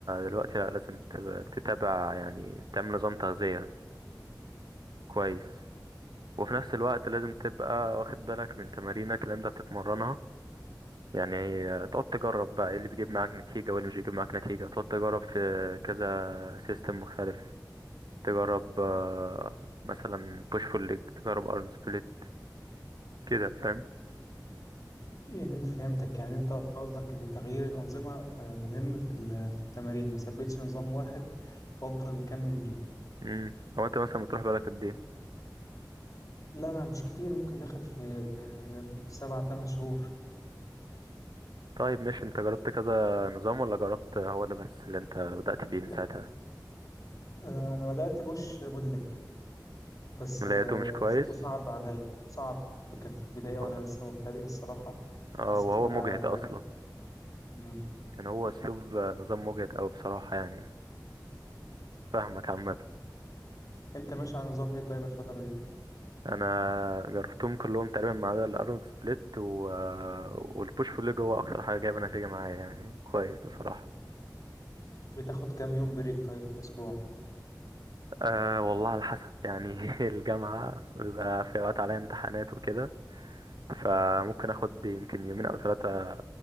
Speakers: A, on the right; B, on the left.
A: دلوقتي لا لازم تب- تتابع يعني تعمل نظام تغذية كويس وفي نفس الوقت لازم تبقى واخد بالك من تمارينك اللي انت بتتمرنها يعني آه، تقعد تجرب بقى ايه اللي بيجيب معاك نتيجة وايه اللي مش بيجيب معاك نتيجة تقعد تجرب في كذا سيستم مختلف تجرب آه، مثلا بوش فول ليج تجرب ارن سبليت كده فاهم
B: إيه، فهمتك يعني انت قصدك ان تغيير الانظمه آه، مهم في ال- في التمارين ما ثبتش نظام واحد وافضل مكمل بيه
A: امم او انت مثلا بتروح بالك قد ايه
B: لا انا مش كتير ممكن دخل في آه، سبع تمن شهور
A: طيب ماشي انت جربت كذا نظام ولا جربت هو ده بس اللي انت بدأت بيه من
B: لا
A: ساعتها
B: آه، انا بدات بوش بقول لك بس
A: لقيته
B: آه،
A: مش
B: حسيته
A: كويس
B: صعب عليا صعب كان في البدايه وانا
A: اه
B: لسه مبتدئ الصراحه
A: آه،
B: حسيت
A: وهو
B: ان
A: مجهد
B: انا لا
A: اصلا
B: مم.
A: يعني هو اسلوب آه، نظام مجهد اوي بصراحة يعني فاهمك عامة
B: انت ماشي على نظام ايه طيب الفتره دي
A: انا جربتهم كلهم تقريبا ما عدا الارنولد سبليت و... والبوش بول ليج هو اكتر حاجه جايبه نتيجه معايا يعني كويس بصراحه
B: بتاخد كام يوم بريك طيب في الاسبوع
A: أه والله على حسب يعني <laughs> الجامعه بيبقى في اوقات عليا امتحانات وكده فممكن اخد يمكن يومين او ثلاثه